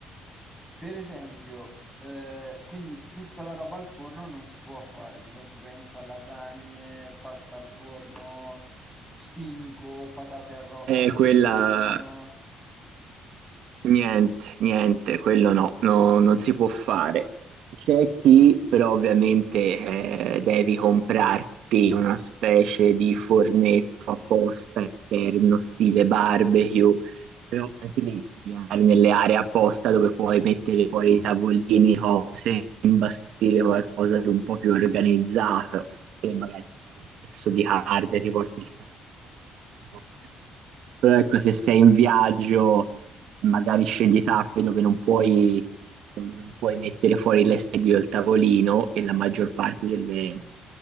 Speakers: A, in the centre; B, on the right.
A: per esempio, eh, quindi tutta la roba al forno non si può fare, di conseguenza lasagne, pasta al forno, stinco, patate al, ro-
B: È
A: patate
B: quella
A: al forno.
B: Niente, niente, quello no, no- non si può fare. C'è chi però ovviamente eh, devi comprarti una specie di fornetto apposta esterno, stile barbecue, però anche lì devi andare nelle aree apposta dove puoi mettere fuori i tavolini, cose, imbastire qualcosa di un po' più organizzato e magari puoi fare il pezzo di carne, ti porti il carbone, tutte le cose. però ecco se sei in viaggio e magari scegli tappe dove non puoi, dove non puoi mettere fuori l'estedio del tavolino e la maggior parte delle,